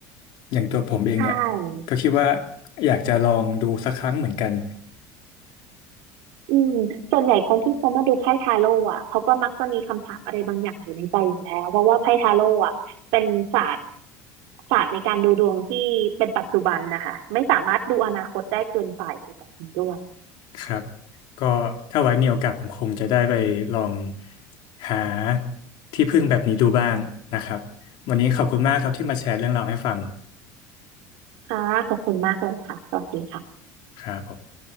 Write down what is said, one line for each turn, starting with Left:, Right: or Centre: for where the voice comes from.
Left: อย่างตัวผมเองเนี่ย
Right: ใช่
Left: ก็คิดว่าอยากจะลองดูสักครั้งเหมือนกัน
Right: อืมส่วนใหญ่คนที่เขามาดูไพ่ทาโร่อ่ะเขาก็มักจะมีคำถามอะไรบางอย่างอยู่ในใจอยู่แล้วเพราะว่าไพ่ทาโร่อ่ะเป็นศาสตร์ศาสตร์ในการดูดวงที่เป็นปัจจุบันนะคะไม่สามารถดูอนาคตได้เกินไปแบบนี้ด้วย
Left: ครับก็ถ้าไว้มีโอกาสผมคงจะได้ไปลองหาที่พึ่งแบบนี้ดูบ้างนะครับวันนี้ขอบคุณมากครับที่มาแชร์เรื่องราวให้ฟัง
Right: ค่ะขอบคุณมากเลยค่ะสวัสดีค่ะ
Left: ครับผม